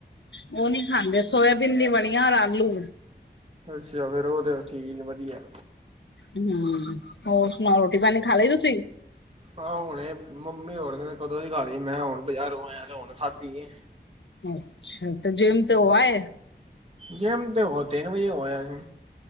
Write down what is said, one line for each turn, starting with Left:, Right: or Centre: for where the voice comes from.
Left: ਉਹ ਨੀ ਖਾਂਦੇ, ਸੋਇਆਬੀਨ ਦੀ ਵੜੀਆਂ ਔਰ ਆਲੂ।
Right: ਅੱਛਾ, ਫੇਰ ਉਹ ਤੇ ਠੀਕ ਵਧੀਆ।
Left: ਹੂੰ, ਹੋਰ ਸੁਣਾਓ ਰੋਟੀ-ਪਾਣੀ ਖਾਲੀ ਤੁਸੀ?
Right: ਆ ਹੁਣੇ ਮੰਮੀ ਹੋਰਾ ਨੇ ਕਦੋਂ ਦੀ ਖਾ ਲਈ, ਮੈਂ ਹੁਣ ਬਜ਼ਾਰੋਂ ਆਇਆ ਤੇ ਹੁਣ ਖਾਦੀ ਏ।
Left: ਅੱਛਾ ਜਿਮ ਤੋ ਹੋ ਆਏ।
Right: ਜੇਮ ਤੇ ਹੋ ਤਿੰਨ ਵਜੇ ਹੋ ਆਇਆ।